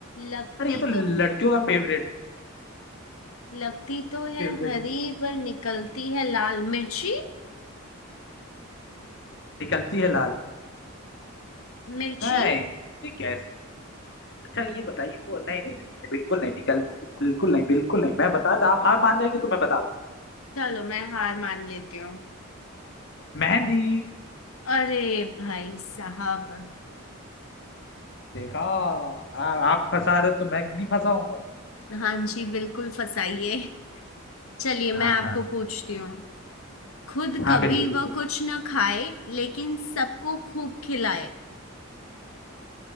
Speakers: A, on the left; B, on the left.
A: लगती
B: अरे ये तो लड़कियों
A: तो
B: का फेवरेट
A: लगती तो है
B: फेवरेट
A: हरी
B: है।
A: पर निकलती है लाल मिर्ची
B: निकलती है लाल
A: मिर्ची
B: नहीं ये कैसे अच्छा ये बताइए वो नहीं नहीं नहीं नहीं, बिल्कुल नहीं निकल बिल्कुल नहीं बिल्कुल नहीं मैं बता दूं आप हार मान जाएंगे तो मैं बता दूं
A: चलो मैं हार मान लेती हूँ
B: मेहंदी
A: अरे भाई साहब
B: देखा आ, आप फंसा रहे हो तो मैं नहीं फंसाऊंगा
A: हाँ जी बिल्कुल फसाइए चलिए मैं
B: हाँ
A: आपको
B: हाँ
A: पूछती हूँ खुद कभी
B: हाँ बिल्कुल बिल्कुल
A: वह कुछ न खाए लेकिन सबको खूब खिलाए